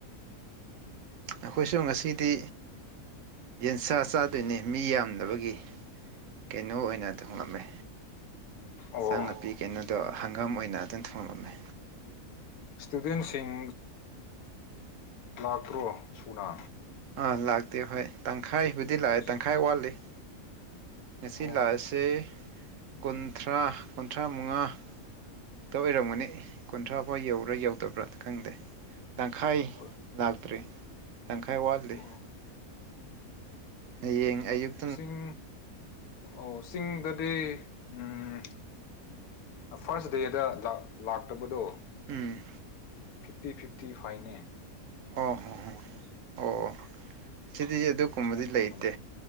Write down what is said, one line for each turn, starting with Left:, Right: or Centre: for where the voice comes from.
Right: ꯑꯈꯣꯏꯁꯨ ꯉꯁꯤꯗꯤ ꯌꯦꯟꯁꯥ ꯆꯥꯗꯣꯏꯅꯤ ꯃꯤ ꯌꯥꯝꯗꯕꯒꯤ ꯀꯩꯅꯣ ꯑꯣꯏꯅ ꯊꯣꯡꯉꯝꯃꯦ ꯏꯟꯁꯥꯡ
Left: ꯑꯣ
Right: ꯅꯥꯄꯤ ꯀꯩꯅꯣꯗꯣ ꯍꯪꯒꯥꯝ ꯑꯣꯏꯅ ꯑꯗꯨꯝ ꯊꯣꯡꯉꯝꯃꯦ
Left: ꯁ꯭ꯇꯨꯗꯦꯟꯇꯁꯤꯡ ꯂꯥꯛꯇ꯭ꯔꯣ ꯁꯨꯅꯥ
Right: ꯑꯥ ꯂꯥꯛꯇꯦ ꯍꯣꯏ ꯇꯪꯈꯥꯏꯕꯨꯗꯤ
Left: ꯍꯁ
Right: ꯂꯥꯛꯑꯦ ꯇꯪꯈꯥꯏ ꯋꯥꯠꯂꯤ ꯉꯁꯤ
Left: ꯑꯣ
Right: ꯂꯥꯛꯑꯥꯁꯦ ꯀꯨꯟꯊ꯭ꯔꯥ ꯀꯨꯟꯊ꯭ꯔꯥ ꯃꯉꯥ ꯇꯥ ꯑꯣꯏꯔꯝꯒꯅꯤ ꯀꯨꯟꯊ꯭ꯔꯥ ꯐꯥꯎ ꯌꯧꯔꯥ ꯌꯧꯗꯕ꯭ꯔꯥ ꯈꯪꯗꯦ ꯇꯪꯈꯥꯏ
Left: ꯍꯣꯏ
Right: ꯂꯥꯛꯇ꯭ꯔꯤ ꯇꯪꯈꯥꯏ ꯋꯥꯠꯂꯤ
Left: ꯑꯣ
Right: ꯍꯌꯦꯡ ꯑꯌꯨꯛ
Left: ꯆꯤꯡ ꯑꯣ ꯆꯤꯡꯗꯗꯤ ꯎꯝ ꯐꯥꯔꯁ ꯗꯦꯗ ꯂꯥꯛ ꯂꯥꯛꯇꯕꯗꯣ
Right: ꯎꯝ
Left: ꯐꯤꯞꯇꯤ ꯐꯤꯞꯇꯤ ꯐꯥꯏꯟꯅꯦ
Right: ꯑꯣꯍꯣ ꯍꯣ ꯑꯣ ꯁꯤꯗꯤ ꯑꯗꯨꯒꯨꯝꯕꯗꯤ
Left: ꯁꯨꯃꯥꯏꯅ
Right: ꯂꯩꯇꯦ
Left: ꯇꯧꯕꯅꯦ